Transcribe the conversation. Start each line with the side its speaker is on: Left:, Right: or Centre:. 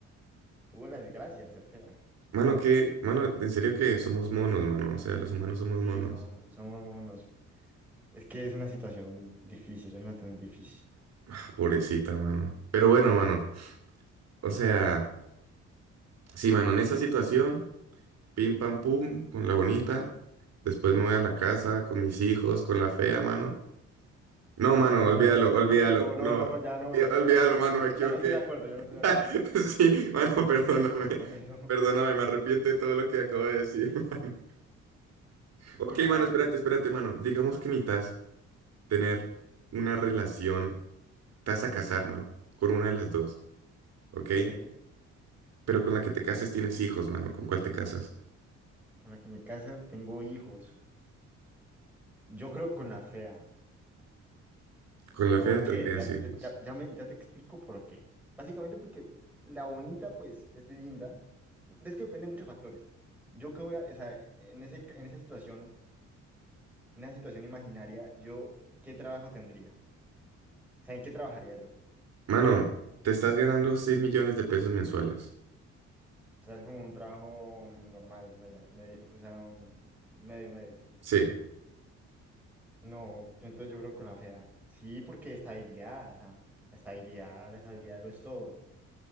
Centre: Tuvo la desgracia de ser fea.
Right: Mano, que, mano, en serio que somos monos, mano. O sea, los humanos somos
Centre: Sí,
Right: monos.
Centre: son, somos monos. Es que es una situación difícil, es una situación difícil.
Right: Ah, Pobrecita, mano. Pero bueno, mano. O sea, sí, mano, en esa situación, pim pam pum, con la bonita. Después me voy a la casa con mis hijos, con la fea, mano. No, mano,
Centre: No,
Right: olvídalo,
Centre: eso
Right: olvídalo.
Centre: es lo peor. No,
Right: No,
Centre: no, ya no,
Right: eh,
Centre: ya no,
Right: olvídalo,
Centre: ya no. Yo
Right: mano,
Centre: tampoco,
Right: me equivoqué.
Centre: ya no estoy de acuerdo, ya no estoy
Right: <laughs>
Centre: de acuerdo.
Right: Sí, mano,
Centre: Ya no
Right: perdóname.
Centre: estoy de acuerdo con eso.
Right: Perdóname,
Centre: <laughs>
Right: me arrepiento de todo lo que acabo de decir. <laughs>
Centre: Bueno,
Right: Ok, mano,
Centre: a ver,
Right: espérate, espérate, mano. Digamos que necesitas tener una relación. Te vas a casar, mano, con una de las dos, ¿ok?
Centre: ok.
Right: Pero con la que te cases tienes hijos, mano. ¿Con cuál te casas?
Centre: Con la que me casa tengo hijos. Yo creo con la fea.
Right: Con la
Centre: ¿Por
Right: fea tendrías
Centre: qué? Ya,
Right: hijos.
Centre: ya, ya- ya me, ya te explico por qué. Básicamente porque la bonita, pues, es linda. Es que depende de muchos factores. Yo que voy a, o sea, en ese, ca- en esa situación, en esa situación imaginaria, yo, ¿qué trabajo tendría? O sea, ¿en qué trabajaría yo?
Right: Mano, te estás ganando 6 millones de pesos mensuales.
Centre: O sea, es como un trabajo mm, normal, media- media- o sea, un medio, medio.
Right: Sí,
Centre: No, yo entonces yo creo que con la fea. Sí, porque estabilidad, o sea, estabilidad, la estabilidad lo es todo.